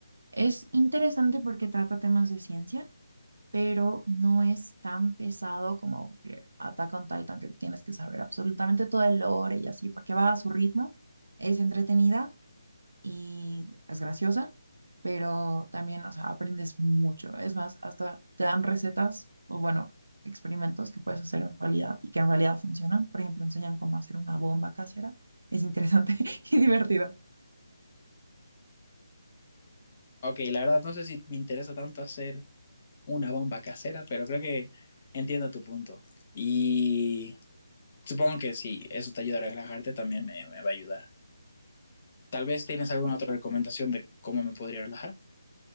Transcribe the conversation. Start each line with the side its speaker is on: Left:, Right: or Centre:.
Right: Es interesante porque trata temas de ciencia, pero no es tan pesado como que Attack on Titan, que tienes que saber absolutamente todo el lore y así, porque va a su ritmo. Es entretenida y es graciosa, pero también, o sea, aprendes mucho. Es más, hasta te dan recetas o, bueno, experimentos que puedes hacer en realidad y que en realidad funcionan. Por ejemplo, enseñan cómo hacer una bomba casera. Es interesante <laughs> y divertido.
Left: Ok, la verdad no sé si me interesa tanto hacer una bomba casera, pero creo que entiendo tu punto. Y supongo que si eso te ayuda a relajarte, también me, me va a ayudar. Tal vez tienes alguna otra recomendación de cómo me podría relajar.